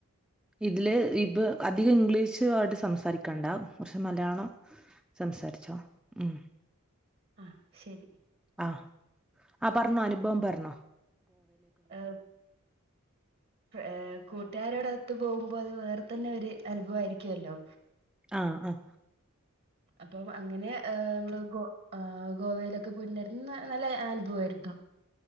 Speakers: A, in the centre; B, on the right (about 50°).
A: ഇതില് ഇപ്പ അധികം ഇംഗ്ലീഷുമായിട്ട് സംസാരിക്കണ്ട പക്ഷേ മലയാളം സംസാരിച്ചോ ഉം
B: ആഹ് ശരി.
A: ആ ആ പർഞ്ഞോ അനുഭവം പർഞ്ഞോ?
B: ആഹ് ഏഹ് കൂട്ടുകാരോടൊ <unintelligible> പോകുമ്പോ അത് വേറെ തന്നെ ഒരു അനുഭവായിരുക്കല്ലോ.
A: ആഹ് ആഹ്
B: അപ്പോം അങ്ങനെ ഏഹ് അമ്മള് ഗോ ആഹ് ഗോവേലക്ക പോയിട്ടുണ്ടായിരുന്നു ന നല്ല അനുഭവായിരുന്നു.